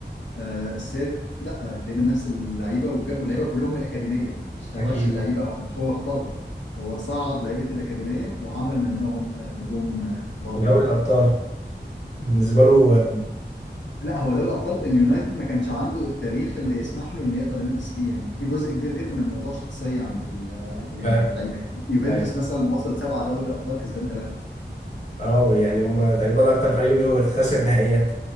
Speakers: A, on the left; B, on the left.
A: آه، السير آه، تقريبا نفس اللعيبه وج- واللعيبه كلهم من الاكاديميه يعني ما اشتراش
B: اكيد
A: اللعيبه او مش هو اختارهم هو صعد لعيبه الاكاديميه وعمل منهم آه، نجوم آه، كبار
B: ودوري
A: جدا
B: الابطال بالنسبة له
A: لا هو دوري الابطال اليونايتد ما كانش عنده التاريخ اللي يسمح له انه يقدر ينافس فيه يعني في جزء كبير جدا من الموضوع شخصيه عند ال يعني
B: ف-
A: عند اللعيبه يعني يوفنتوس
B: ايوه
A: مثلا وصل سبعه دوري ابطال كسبان ثلاثه
B: اه يعني هم تقريبا اكتر فريق بيخسر نهائيات